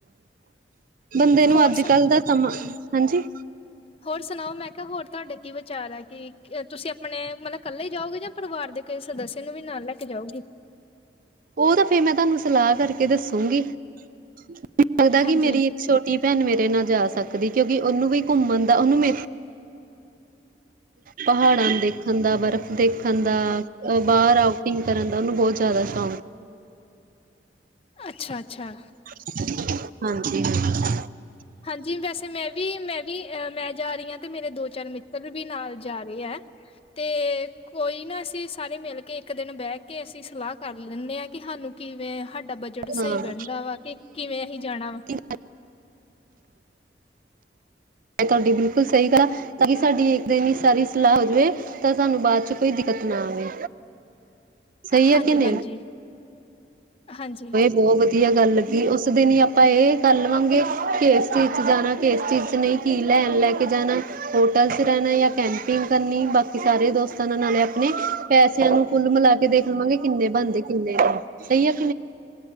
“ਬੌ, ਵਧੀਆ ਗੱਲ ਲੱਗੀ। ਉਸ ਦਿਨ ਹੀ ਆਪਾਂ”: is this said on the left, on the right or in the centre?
Right